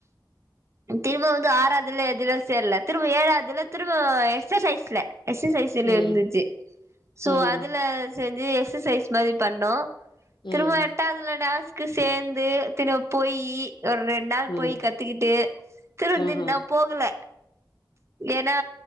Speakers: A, on the right; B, on the left.
A: ஆ திரும்ப வந்து ஆறாதுல எதுலோ சேர்ல திரும்ப ஏழாதுல திரும்ப எக்ஸசைஸ்ல எக்ஸசைஸ்ல
B: ம்
A: இருந்துச்சு சோ
B: ம்
A: அதுல செஞ்சு எக்ஸசைஸ் மாரி பண்ணோ
B: ம்
A: திரும்ப எட்டாவ்துல டான்ஸ் க்கு சேந்து தினொ போயி ஒரு ரெண் நாள்
B: ம்
A: போய் கத்துக்கிட்டு திரும்
B: ஆஹா
A: நின் நா போகல ஏனா